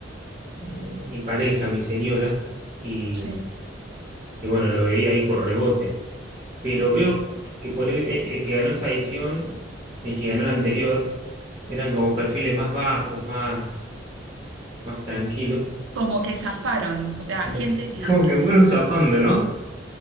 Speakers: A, on the right; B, on the right.
A: eh, mi pareja, mi señora, y,
B: sí.
A: y bueno, lo veía ahí por rebote. pero veo que por el, eh, el que ganó esa edición y el que ganó la anterior eran como perfiles más bajos, más, más tranquilos,
B: Como que zafaron, o sea,
A: como
B: gente
A: que, <laughs>
B: que,
A: como que
B: que
A: fueron zapando, ¿no?